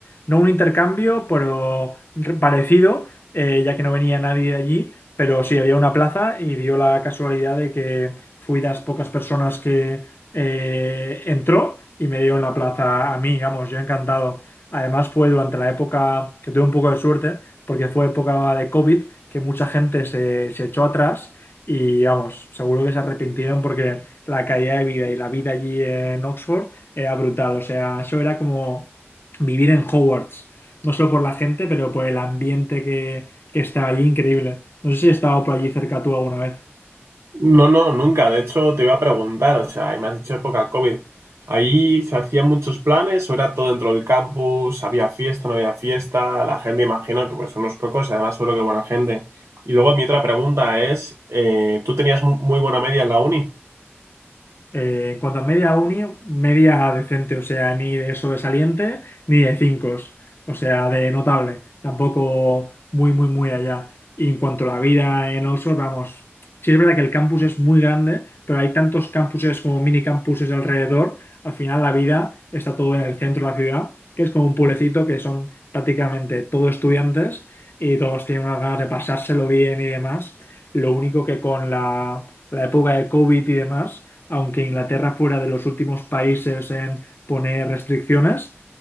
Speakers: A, on the left (about 55°); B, on the right (about 80°).
A: no un intercambio, pero re- parecido, eh, ya que no venía nadie de allí, pero sí había una plaza y dio la casualidad de que fui de las pocas personas que eh, entró y me dio en la plaza a mí, vamos, yo encantado. Además fue durante la época que tuve un poco de suerte porque fue época de COVID que mucha gente se, se echó atrás y vamos, seguro que se arrepintieron porque la calidad de vida y la vida allí en Oxford era brutal. O sea, eso era como vivir en Hogwarts, no solo por la gente, pero por el ambiente que, que estaba allí, increíble. No sé si has estado por allí cerca tú alguna vez.
B: No, no, nunca. De hecho, te iba a preguntar, o sea, ahí me has dicho época COVID. Ahí se hacían muchos planes, o era todo dentro del campus, había fiesta, no había fiesta, la gente imagino que pues unos cocos y además seguro que buena gente. Y luego mi otra pregunta es, eh, ¿tú tenías mu- muy buena media en la uni?
A: Eh, en cuanto a media uni, media decente, o sea, ni de sobresaliente ni de cinco, o sea, de notable, tampoco muy, muy, muy allá. Y en cuanto a la vida en Oxford, vamos, sí es verdad que el campus es muy grande, pero hay tantos campuses como mini campuses alrededor, al final la vida está todo en el centro de la ciudad, que es como un pueblecito que son prácticamente todos estudiantes y todos tienen unas ganas de pasárselo bien y demás. Lo único que con la, la época de COVID y demás, aunque Inglaterra fuera de los últimos países en poner restricciones.